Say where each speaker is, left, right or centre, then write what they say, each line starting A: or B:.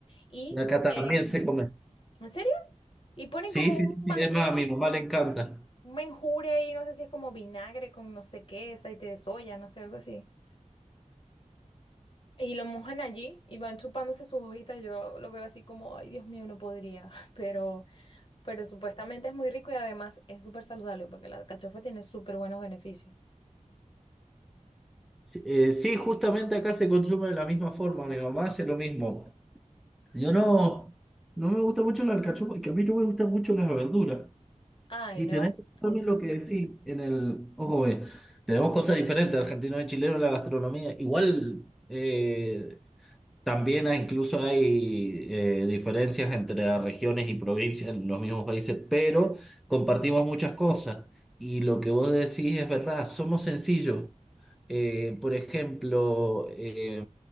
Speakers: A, on the left (about 40°); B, in the centre.
A: y,
B: Y Acá también
A: em,
B: se come.
A: ¿en serio? Y ponen
B: Sí,
A: como
B: sí, sí,
A: un,
B: sí.
A: man-
B: Es
A: un,
B: más, a mi mamá
A: un
B: le encanta.
A: menjure ahí, no sé si es como vinagre con no sé qué, aceite de soya, no sé, algo así. Y lo mojan allí y van chupándose sus hojitas. Yo lo veo así como, ay, Dios mío, no podría, <laughs> pero... Pero supuestamente es muy rico y además es súper saludable porque la alcachofa tiene súper buenos beneficios.
B: Sí, eh, sí, justamente acá se consume de la misma forma. Mi mamá hace lo mismo. Yo no, no me gusta mucho la alcachofa, que a mí no me gustan mucho las verduras.
A: Ay,
B: Y
A: no.
B: tenés también lo que decís en el. Ojo, eh, tenemos cosas diferentes, argentino y chileno en la gastronomía. Igual eh, también hay- incluso hay eh, diferencias entre las regiones y provincias en los mismos países, pero compartimos muchas cosas. Y lo que vos decís es verdad, somos sencillos. Eh, por ejemplo, eh,